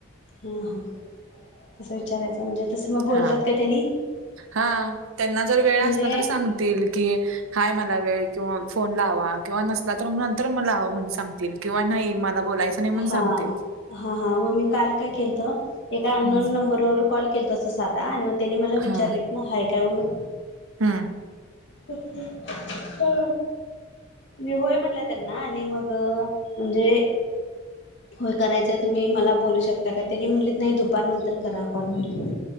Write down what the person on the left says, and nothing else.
हा हा तसं, विचारायचं म्हणजे. तसं मग बोलतात
का त्यांनी
म्हणजे
हा
हा हा हा. मग मी काल काय केलंत एका अननोन
नंबरवर कॉल केलता तसा साधा आणि त्यांनी मला
विचारलेत ना हाय काय म्हणून.
हो. मी होय म्हटलं त्यांना आणि मग म्हणजे होय करायचंय तुम्ही मला बोलू शकता का, त्यांनी म्हणलीत नाही दुपार नंतर करा कॉल म्हणली.